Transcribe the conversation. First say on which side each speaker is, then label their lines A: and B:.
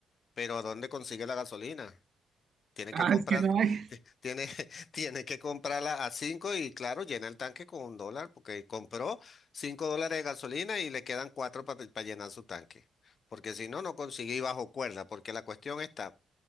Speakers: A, on the left; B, on the right.
A: Pero ¿a dónde consigue la gasolina? Tiene
B: Ah,
A: que comprar,
B: es que no hay.
A: tiene, <laughs> tiene que comprarla a cinco y claro, llena el tanque con un dólar, porque compró cinco dólares de gasolina y le quedan cuatro para llenar su tanque. Porque si no, no consigue y bajo cuerda, porque la cuestión está.